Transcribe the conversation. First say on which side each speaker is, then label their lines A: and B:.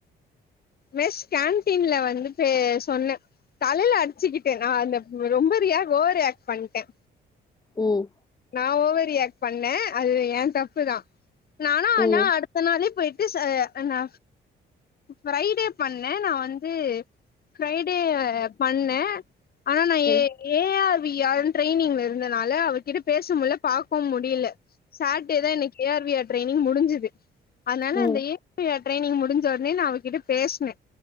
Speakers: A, on the left; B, on the left.
A: மெஸ் கேன்டீன்ல வந்து பே சொன்ன தலைல அடிச்சிக்கிட்டே நா அந்த ரொம்ப ரியா ஓவரியாக்ட் பண்ட்ட
B: ம்
A: நா ஓவர் ரியாக்ட் பண்ண அது எ தப்பு தா நானா ஆனா
B: ம்
A: அடுத்த நாளே போயிட் பீஸு ஆனா ஃப்ரைடே பண்ணே நா வந்து ஃப்ரைடே அ பண்ண ஆனா நா ஏ
B: ம் ம்
A: ஏயால் வி ஆல் ட்ரைனிங் இருந்தனால அவருகிட்ட பேச முடில பாக்கவோ முடில சாட்டேதா எனக்கு ஏ ஆர் வியட் இனி முடிஞ்சுது அதனால
B: ம் ம்
A: அந்த <unintelligible> ட்ரெய்னிங் முடிஞ் சொன்னே நா அவகிட்ட பேசின